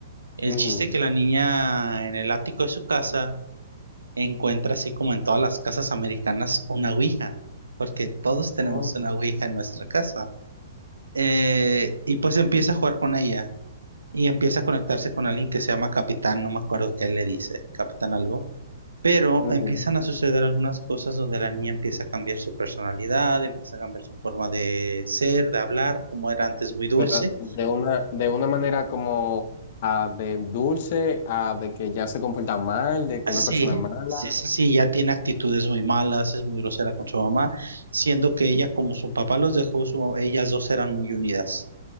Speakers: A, on the right (about 75°); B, on the left (about 50°).
A: El
B: ujú,
A: chiste es que la niña en el ático de su casa encuentra, así como en todas las casas americanas, una ouija, porque todos tenemos
B: oh,
A: una ouija en nuestra casa. Eh, y pues empieza a jugar con ella y empieza a conectarse con alguien que se llama Capitán, no me acuerdo qué le dice, Capitán algo pero
B: ujú.
A: empiezan a suceder algunas cosas donde la niña empieza a cambiar su personalidad, empieza a cambiar su forma de ser, de hablar, como era antes muy dulce.
B: Pero de una, de una manera como ah, de dulce, a de que ya se comporta mal, de que
A: Ah,
B: una
A: sí,
B: persona mala.
A: sí, sí, sí, ya tiene actitudes muy malas, es muy grosera con su mamá, siendo que ella, como su papá los dejó, su- ellas dos eran muy unidas.